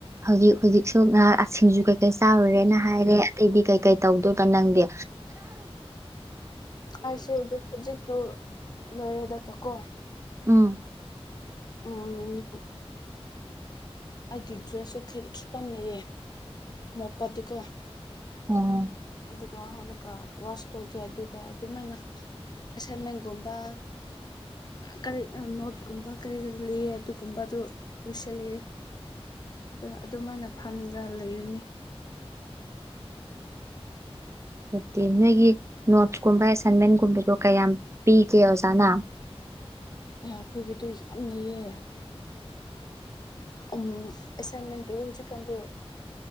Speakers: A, on the right; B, on the left.
A: ꯍꯧꯖꯤꯛ ꯍꯧꯖꯤꯛꯁꯨ ꯉꯍꯥꯁꯤꯡꯁꯨ ꯆꯥꯔꯨꯔꯦꯅ ꯍꯥꯏꯔꯦ ꯑꯩꯗꯤ ꯀꯩꯀꯩ ꯇꯧꯗꯣꯏꯕ ꯅꯪꯗꯤ
B: ꯑꯁꯤꯁꯤꯗ ꯍꯧꯖꯤꯛꯇꯨ ꯂꯣꯏꯔꯦꯗ ꯀꯀꯣꯟ
A: ꯎꯝ
B: ꯎꯝ ꯑꯩꯒꯤ ꯗ꯭ꯔꯦꯁꯁꯨ ꯈꯗꯤ ꯈꯤꯇꯪꯅꯩꯌꯦ ꯃꯣꯞꯄꯗꯨꯀꯣ
A: ꯎꯝ
B: ꯑꯗꯨꯒ ꯍꯣꯂꯀ ꯋꯥꯁ ꯇꯧꯒꯦ ꯑꯗꯨꯒ ꯑꯗꯨꯃꯥꯏꯅ ꯑꯦꯁꯥꯏꯟꯃꯦꯟꯒꯨꯝꯕ ꯀꯔꯤ ꯅꯣꯠꯀꯨꯝꯕ ꯀꯔꯤ ꯀꯔꯤ ꯂꯩ ꯑꯗꯨꯒꯨꯝꯕ ꯑꯗꯨ ꯎꯁ ꯂꯩꯦ
A: <unintelligible>
B: ꯑꯣ ꯑꯗꯨꯃꯥꯏꯅ ꯐꯝꯒ ꯂꯩꯔꯨꯅꯤ
A: ꯗꯤ ꯅꯣꯏꯒꯤ ꯅꯣꯠꯁꯀꯨꯝꯕ ꯑꯦꯁꯥꯏꯟꯃꯦꯟꯒꯨꯝꯕꯗꯣ ꯀꯌꯥꯝ ꯄꯤꯒꯦ ꯑꯣꯖꯥꯅ
B: ꯑꯦ ꯑꯩꯈꯣꯏꯒꯤꯗꯨ ꯌꯥꯝ ꯂꯩꯌꯦ ꯎꯝ ꯑꯦꯁꯥꯏꯟꯃꯦꯟ ꯍꯧꯖꯤ ꯀꯥꯟꯗ